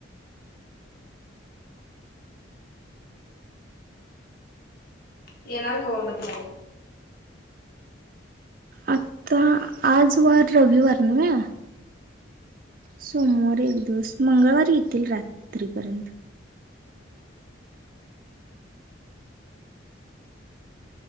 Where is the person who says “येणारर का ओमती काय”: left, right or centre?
Left